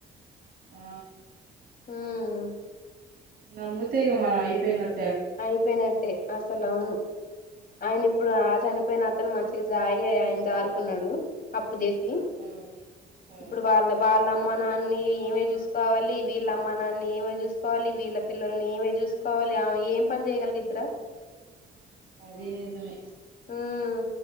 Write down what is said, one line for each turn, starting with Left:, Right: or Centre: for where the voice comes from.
Right: ఆ
Left: హ్మ్
Right: నమ్ముతే ఇగ మనం అయిపోయినట్టు
Left: అయిపోయినట్టే అసలు అవును ఆయన ఇప్పుడు ఆ చనిపోయిన అతను మంచి జాయిగా ఆయన జారుకున్నాడు అప్పు చేసి
Right: ఆ ఆ
Left: ఇప్పుడు వాళ్ళ వాళ్ళ అమ్ అమ్మ నాన్నీ ఏమే చూసుకోవాలి వీళ్ళ అమ్మ నాన్నన్ని ఏమే చూసుకోవాలి వీళ్ళ పిల్లల్ని ఈమే చూసుకోవాలి కావాలి ఏం పని చేయగలిగిద్ది రా
Right: అధీ నిజమే
Left: ఉమ్